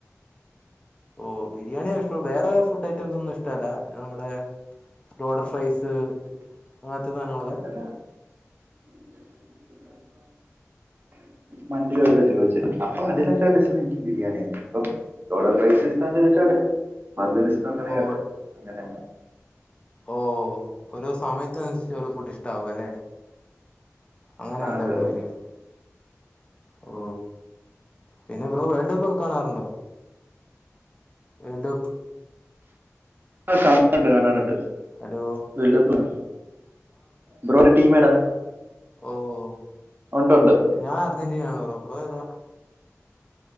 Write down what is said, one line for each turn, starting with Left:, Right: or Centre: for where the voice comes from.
Left: ഓ ബിരിയാണിയ ഇഷ്ട്ടം വേറെ ഫുഡ് ഐറ്റംസ് ന്നും ഇഷ്ടല്ല നമ്മുടെ ബ്രോഡർ ഫ്രൈസ് അങ്ങന് ത്തെ സാനങ്ങളെക്കെ
Right: <inaudible> മന്തി ല്ല ചോയിച്ചേ അപ്പൊ അതിലെന്താ രസം ഇന്ക്ക് ബിരിയാണിയ ഇപ്പം ലോഡഡ് ഫൈസ് ഇഷ്ടാന്ന് ചോട്ടെ <unintelligible> <unintelligible> കേട്ടെ
Left: ഓ
Right: അങ്ങനെ
Left: ഓഹ്‌ ഓരോ സമയത്തനുസരിച്ച് ഓരോ ഫുഡ് ഇഷ്ടാവു അല്ലെ അങ്ങനെയല്ല
Right: ആ അതെ
Left: ബ്രോയ്ക്ക്
Right: അതെ
Left: ഓ പിന്നെ ബ്രോ വേൾഡ് കപ്പ് ഒക്കെ കാണാറുണ്ടോ? വേൾഡ് കപ്പ്
Right: ആ കാണാറ്ണ്ട് കണാറ്ണ്ട്
Left: ഹലോ
Right: വേൾഡ് കപ്പാ ബ്രോയ്യുടെ ടീം ഏതാ?
Left: ഓഹ്‌
Right: ഒണ്ട്ണ്ട്
Left: ഞാൻ അർജന്റിനാണ് ബ്രോ. ബ്രോ ഏതാ?